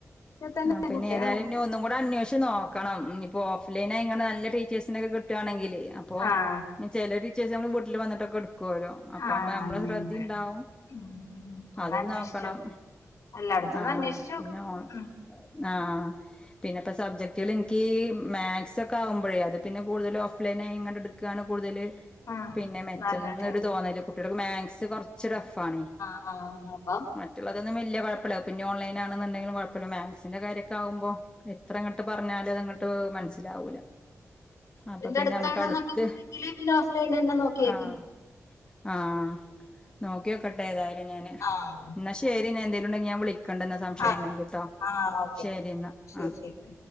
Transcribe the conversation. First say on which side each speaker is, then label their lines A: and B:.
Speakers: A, on the left; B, on the left.
A: തന്നെ
B: ആ പിന്നെ
A: കുട്ടികള്
B: ഏതായാലും ഇഞ്ഞ് ഒന്നും കൂടെ അന്വേഷിച്ച് നോക്ക- ക്കണം, ഇഞ്ഞ്പ്പൊ ഓഫ് ലൈനായിക്കാണ്ട് നല്ല ടീച്ചേഴ്സിനൊക്കെ കിട്ടുവാണെങ്കില് അപ്പൊ
A: ആഹ്
B: ഇഞ്ഞ് ചില ടീച്ചേഴ്സ് നമ്മളെ വീട്ടിൽ വന്നിട്ടൊക്കെ എടുക്കുവല്ലോ അപ്പ
A: ആഹ്
B: ആവുമ്പ നമ്മളെ
A: അങ്ങനെന്നെ
B: ശ്രദ്ധയും ഇണ്ടാവും.
A: ഉം ഉം ഒന്ന്
B: അതും
A: അന്വേഷിച്ചോ
B: നോക്കണം
A: എല്ലായിടത്തൊന്ന്
B: ആഹ്
A: അന്വേഷിച്ച് നോക്ക്
B: പിന്നെ ഓ
A: ഉം
B: ആഹ് പിന്നെ ഇപ്പ സബ്ജക്ടുകൾ എനിക്ക് മാത്‍സ് ഒക്കെ ആവുമ്പോഴേ അത് പിന്നെ കൂടുതല് ഓഫ് ലൈനായിങ്ങാണ്ട് എടുക്ക് ക്ക് ആണ് കൂടുതല്
A: ഉം
B: പിന്നെ മെച്ചം
A: നല്ലത്
B: എന്നൊരു തോന്നല് കുട്ടിൾക്ക് മാത് സ് കുറച്ച് ടഫ് ആണ്.
A: ആണോ?
B: മറ്റുള്ളതൊന്നും വിലിയ കുഴപ്പമില്ല പിന്നെ ഓൺലൈൻ ആണെന്നുണ്ടെങ്കിലും കുഴപ്പമില്ല മാത് സിന്റെ കാര്യൊക്കെ ആവുമ്പോ എത്ര അങ്ങട്ട് പറഞ്ഞാലും അതങ്ങോട്ട് മനസ്സിലാവൂല. അപ്പൊ
A: നിന്റെ
B: പിന്നെ
A: അടുത്താണ്
B: നമുക്ക് അടുത്ത്
A: എന്നൊള്ളെന്ന് ഇണ്ടെങ്കില് പിന്നെ ഓഫ് ലൈൻ തന്നെ നോക്കിയേക്ക്.
B: ആഹ് ആഹ്, നോക്കിയോക്കട്ടെ ഏതായാലും ഞാന്.
A: ആഹ്.
B: എന്നാ ശരി എന്നാ എന്തേലും ഉണ്ടെങ്കിൽ ഞാൻ വിളിക്കണ്ടെന്ന സംശയം
A: ആഹ്
B: ഇണ്ടെങ്കിട്ടോ
A: ആഹ് ഓക്കെ
B: ശരി എന്നാ
A: ശരി
B: ആഹ്.
A: ശരി